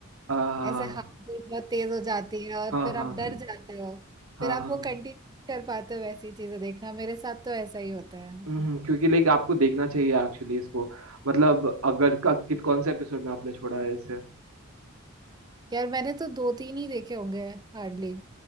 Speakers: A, on the right; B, on the right.
A: आ,
B: ऐसे हाथ भी बहुत तेज हो जाती है और
A: हाँ
B: फिर
A: हाँ
B: आप
A: हाँ
B: डर जाते हो
A: हाँ
B: फिर आप वो कंटिन्यू कर पाते हो वैसी चीजें देखना मेरे साथ तो ऐसा ही होता है
A: हम्म, क्योंकि लाइक आपको देखना चाहिए एक्चुअली इसको मतलब अगर क- कित कौन से एपिसोड में आपने छोड़ा है इसे
B: यार मैंने तो दो तीन ही देखे होंगे हार्डली